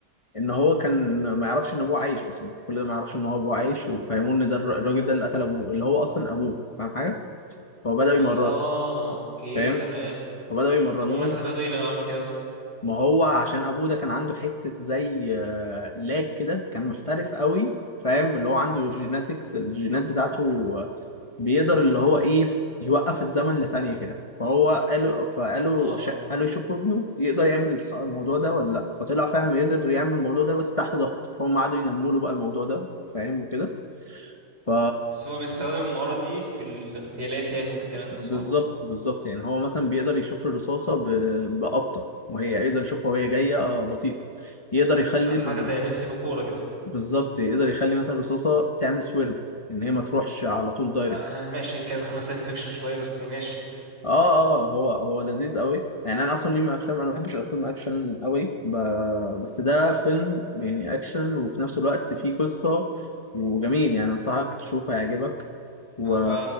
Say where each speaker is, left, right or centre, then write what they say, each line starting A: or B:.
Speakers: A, on the left; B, on the right.
A: ان هو كان ما يعرفش ان ابوه عايش اصلا كل ده ما يعرفش ان هو ابوه عايش وفهموه ان ده الر- الراجل ده اللي قتل ابوه اللي هو اصلا ابوه فاهم حاجه فبداوا يمرنوا
B: اه اوكي
A: فاهم
B: تمام
A: فبداوا يمرنوه
B: طب هما استفادوا ايه لما عملوا كده بقى
A: ما هو عشان ابوه ده كان عنده حته زي آه، لاج كده كان محترف قوي فاهم اللي هو عنده جيناتكس الجينات بتاعته بيقدر اللي هو ايه يوقف الزمن لثانية كده فهو قالوا فقالوا
B: اه
A: ش... قالوا يشوفوا ابنه يقدر يعمل الح- الموضوع ده ولا لا فطلع فعلا يقدر يعمل الموضوع ده بس تحت ضغط هم قعدوا ينموا له بقى الموضوع ده فاهم وكده ف
B: بس هو بيستخدم المهارة دي في الاغتيالات يعني والكلام ده صح؟
A: بالظبط بالظبط يعني هو مثلا بيقدر يشوف الرصاصة ب... بأبطأ وهي يقدر يشوفها وهي جاية آه، بطيئة يقدر يخلي
B: حاجة
A: ال...
B: زي ميسي في الكورة كده يعني.
A: بالظبط يقدر يخلي مثلا الرصاصة تعمل سويرف ان هي ما تروحش على طول دايركت
B: لا آه، ماشي كده دخلنا ساينس فيكشن شوية بس ماشي
A: اه اه هو هو لذيذ قوي يعني انا اصلا ليه من افلام انا ما بحبش الافلام اكشن قوي ب... بس ده فيلم يعني اكشن وفي نفس الوقت فيه قصة وجميل يعني انصحك تشوفه هيعجبك و...
B: هبقى